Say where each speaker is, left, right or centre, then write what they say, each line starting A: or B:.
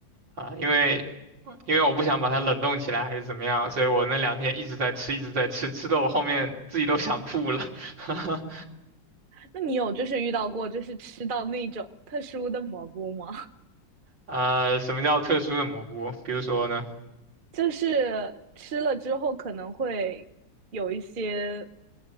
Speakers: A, on the right; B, on the right.
A: 啊、因为因为我不想把它冷冻起来还是怎么样，所以我那两天一直在吃，一直在吃，吃的我后面自己都想吐了。<laughs>
B: 那你有就是遇到过就是吃到那种特殊的蘑菇吗？
A: 呃，什么叫特殊的蘑菇？比如说呢？
B: <laughs> 就是吃了之后可能会有一些